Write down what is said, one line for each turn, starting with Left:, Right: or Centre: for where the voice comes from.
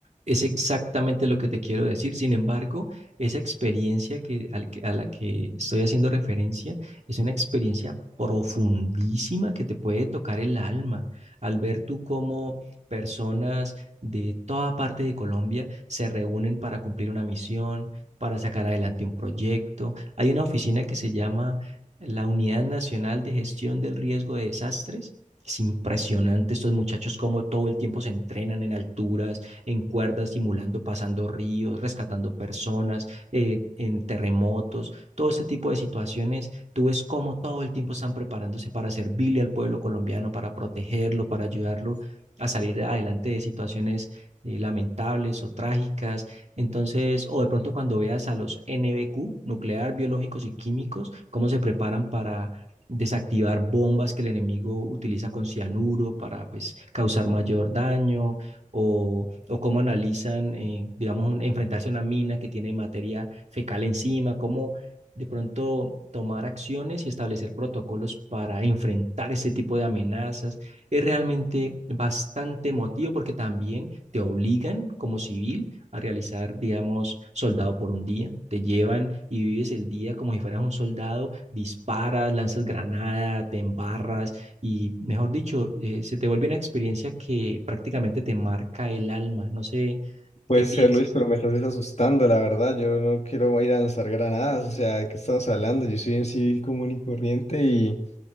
Right: Es exactamente lo que te quiero decir. Sin embargo, esa experiencia que, al que- a la que estoy haciendo referencia es una experiencia profundísima que te puede tocar el alma al ver tú cómo personas de toda parte de Colombia se reúnen para cumplir una misión, para sacar adelante un proyecto. Hay una oficina que se llama la Unidad Nacional de Gestión del Riesgo de Desastres. Es impresionante estos muchachos cómo todo el tiempo se entrenan en alturas en cuerdas, simulando, pasando ríos, rescatando personas, eh, en terremotos, todo ese tipo de situaciones. Tú ves cómo todo el tiempo están preparándose para servirle al pueblo colombiano, para protegerlo, para ayudarlo a salir adelante de situaciones eh, lamentables o trágicas. Entonces, o de pronto cuando veas a los NBQ, nuclear, biológicos y químicos, cómo se preparan para desactivar bombas que el enemigo utiliza con cianuro para pues causar mayor daño o, o cómo analizan, eh, digamos, un- enfrentarse a una mina que tiene materia fecal encima, cómo de pronto tomar acciones y establecer protocolos para enfrentar ese tipo de amenazas. Es realmente bastante emotivo porque también te obligan como civil a realizar, digamos, soldado por un día. Te llevan y vives el día como si fueras un soldado, disparas, lanzas granada, te embarras, y, mejor dicho, eh, se te vuelve una experiencia que prácticamente te marca el alma. No sé
Left: Puede
Right: qué piensas.
Left: ser, Luis, pero me estás asustando, la verdad. Yo no quiero ir a lanzar granadas. O sea, ¿de qué estamos hablando? Yo soy un civil común y corriente y